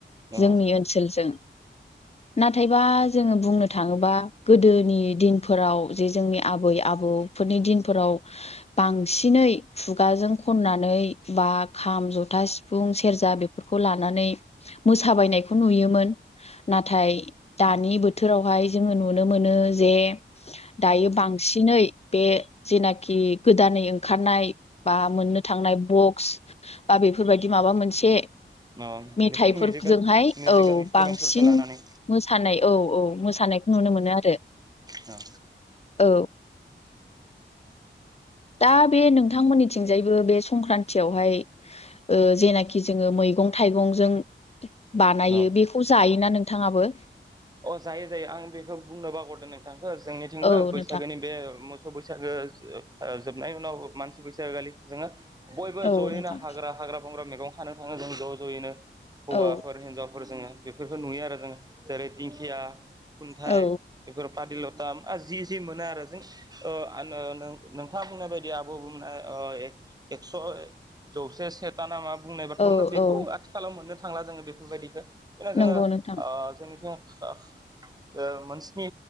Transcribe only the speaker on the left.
जोंनि ओनसोलजों। नाथायबा जोङो बुंनो थाङोबा गोदोनि दिनफोराव जे जोंनि आबै- आबौ फोरनि दिनफोराव बांसिनै खुगाजों खननानै बा खाम, जथा, सि फुं, सेरजा बेफोरखौ लानानै मोसाबायनायखौ नुयोमोन नाथाय दा दानि बोथोरावहाय जोङो नुनो मोनो जे दायो बांसिनै बे जेनाखि गोदानै ओंखारनाय बा मोननो थांनाय बक्स बा बेफोरबायदि माबा मोनसे
मेथाइफोरजोंहाय
औ
बांसिन
मोसानाय औ औ मोसानायखौ नुनो मोनो आरो।
औ दा बे नोंथांमोननि थिंजायबो बे संक्रान्तियावहाय ओ जेनाखि जोङो मैगं थाइगंजों बानायो
बेखौ जायोना नों थाङाबो?
औ
नोंथां
औ
नोंथां
औ
औ
औ
औ
नंगौ
नोंथां